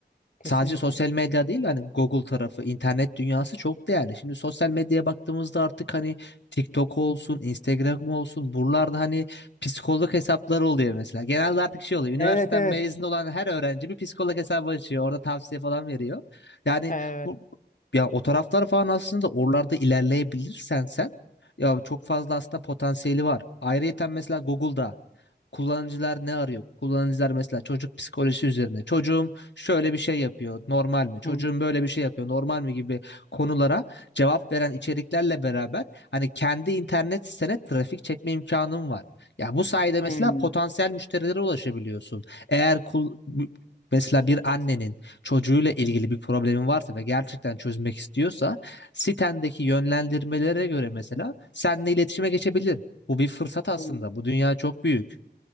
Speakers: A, on the left; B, on the left.
A: Kesinlikle.
B: sadece sosyal medya değil hani Google tarafı, internet dünyası çok değerli. Şimdi sosyal medyaya baktığımızda artık hani TikTok olsun,
A: Hı hı.
B: Instagram olsun buralarda hani psikolog hesapları oluyor mesela. Genelde artık şey oluyor. Üniversiteden
A: Evet, evet.
B: mezun olan her öğrenci bir psikolog hesabı açıyor. Orada tavsiye falan veriyor. Yani
A: Evet.
B: bu ya o taraflar falan aslında oralarda ilerleyebilirsen sen ya çok fazla aslında potansiyeli var. Ayrıyeten mesela Google'da kullanıcılar ne arıyor? Kullanıcılar mesela çocuk psikolojisi üzerine. Çocuğum şöyle bir şey yapıyor, normal mi? Çocuğum
A: Hı
B: böyle bir şey yapıyor, normal mi gibi konulara cevap veren içeriklerle beraber hani kendi internet sitene trafik çekme imkanın var. Ya bu sayede
A: hı.
B: mesela potansiyel müşterilere ulaşabiliyorsun. Eğer kul Mesela bir annenin çocuğuyla ilgili bir problemi varsa ve gerçekten çözmek istiyorsa sitendeki yönlendirmelere göre mesela seninle iletişime geçebilir. Bu bir fırsat aslında.
A: Hı.
B: Bu dünya çok büyük.